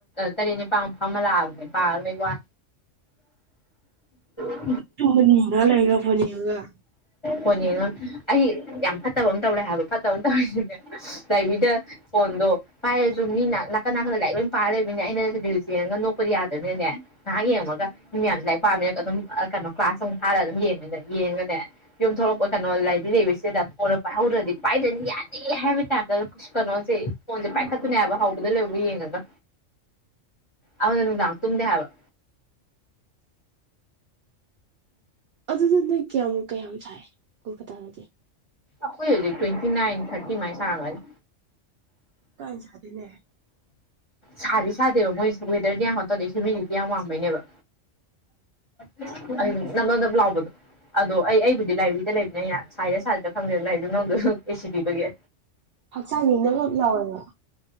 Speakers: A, on the left (about 30°); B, on the right (about 60°).
A: ꯇꯔꯦꯠ ꯅꯤꯄ ꯑꯃ ꯂꯥꯕꯅꯦ ꯄꯥꯕꯩ ꯋꯥ <unintelligible>
B: ꯇꯨꯅꯤꯒꯥ ꯂꯩꯒ ꯐꯣꯟꯅꯤꯒ <unintelligible>
A: ꯐꯣꯟ ꯌꯦꯡꯉ ꯑꯩ ꯌꯥꯝ ꯐꯠꯇꯕ ꯑꯃ ꯇꯧꯔꯦ ꯍꯥꯏꯕ ꯐꯠꯇꯕ ꯑꯃ ꯇꯧꯔꯤꯁꯤꯅ ꯂꯥꯏꯕ꯭ꯔꯦꯔꯤꯗ ꯐꯣꯟꯗꯣ ꯄꯥꯏꯔꯁꯨ ꯃꯤꯅ ꯅꯥꯀꯟ ꯅꯥꯀꯟꯗ ꯂꯥꯏꯔꯤꯛ ꯂꯣꯏ ꯄꯥꯔ ꯂꯩꯕꯅꯦ ꯑꯩꯅ ꯔꯦꯁ ꯌꯦꯡꯉꯒ ꯅꯣꯛꯄꯗꯤ ꯌꯥꯗꯝꯅꯤꯅꯅꯦ ꯉꯥꯏꯍꯥꯛ ꯌꯦꯡꯉꯒ ꯃꯤ ꯃꯌꯥꯝꯁꯨ ꯂꯥꯏꯔꯤꯛ ꯄꯥꯝꯃꯤꯔ ꯑꯗꯨꯝ ꯀꯩꯅꯣ ꯀ꯭ꯂꯥꯁ ꯑꯃꯛ ꯊꯥꯔꯒ ꯑꯗꯨꯝ ꯌꯦꯡꯉ ꯌꯦꯡꯉꯒꯅꯦ ꯌꯨꯝ ꯊꯣꯛꯂꯛꯄ ꯀꯩꯅꯣ ꯂꯥꯏꯕ ꯂꯩꯕꯁꯤꯗ ꯄꯥꯏꯍꯧꯗ꯭ꯔꯗꯤ ꯄꯥꯏꯗꯅꯤ ꯌꯥꯗꯦ ꯍꯥꯏꯕ ꯇꯥꯏꯞꯇ ꯀꯩꯅꯣꯁꯦ ꯐꯣꯟꯁꯦ ꯄꯥꯏꯈꯠꯇꯨꯅꯦ ꯍꯥꯏꯕ ꯍꯧꯕꯗ ꯂꯣꯢꯕꯥꯎ ꯌꯦꯡꯉꯒ ꯑꯗꯨꯅ ꯅꯨꯡꯗꯥꯡ ꯇꯨꯝꯗꯦ ꯍꯥꯏꯕ
B: ꯑꯗꯨꯗꯨ ꯅꯣꯏ ꯀꯌꯥꯃꯨꯛ ꯀꯌꯥꯝ ꯁꯥꯏ ꯎꯕ ꯇꯥꯔꯗꯤ
A: ꯑꯩꯈꯣꯏ ꯍꯧꯖꯤꯛ ꯇ꯭ꯋꯦꯟꯇꯤ ꯅꯥꯏꯟ ꯊꯥꯔꯇꯤ ꯃꯥꯏꯅ ꯁꯥꯔꯝꯒꯅꯤ
B: ꯀꯥ ꯍꯦꯟꯅ ꯁꯥꯕꯤꯅꯦ
A: ꯁꯥꯗꯤ ꯁꯥꯗꯦꯕ ꯃꯣꯏꯁꯨ ꯋꯦꯗꯔꯗꯤ ꯌꯥꯝ ꯋꯥꯠꯇꯧꯗꯦ ꯍꯨꯃꯤꯗꯤꯇꯤ ꯌꯥꯝ ꯋꯥꯡꯕꯩꯅꯦꯕ <unintelligible> ꯅꯞ ꯅꯞ ꯂꯥꯎꯕꯗꯣ ꯑꯗꯣ ꯑꯩꯕꯨꯗꯤ ꯂꯥꯏꯕꯦꯔꯤꯗ ꯂꯩꯕꯅꯤ ꯁꯥꯏꯔꯥ ꯁꯥꯗꯔꯤꯔꯥ ꯈꯪꯗꯦꯕ ꯂꯥꯏꯕ꯭ꯔꯦꯔꯤ ꯌꯨꯝꯂꯣꯝꯗꯁꯨ ꯑꯦꯁꯤ ꯄꯤꯕꯒꯦ
B: ꯍꯛꯆꯥꯡꯅꯤ ꯅꯥꯞ ꯅꯥꯞ ꯂꯥꯎꯋꯦꯕ